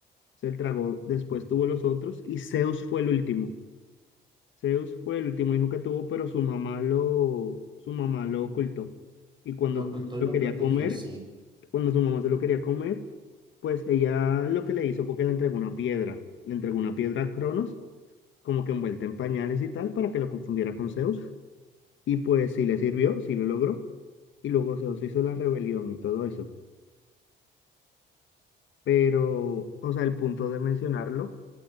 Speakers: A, on the left; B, on the right.
A: se tragó, después tuvo los otros y Zeus fue el último. Zeus fue el último hijo que tuvo, pero su mamá lo, su mamá lo ocultó. Y cuando
B: lo ocultó
A: se
B: y lo
A: lo quería
B: protegió,
A: comer,
B: sí.
A: cuando su mamá se lo quería comer, pues ella lo que le hizo fue que le entregó una piedra, le entregó una piedra a Cronos, como que envuelta en pañales y tal, para que lo confundiera con Zeus. Y pues sí le sirvió, sí lo logró. Y luego Zeus hizo la rebelión y todo eso. Pero, o sea, el punto de mencionarlo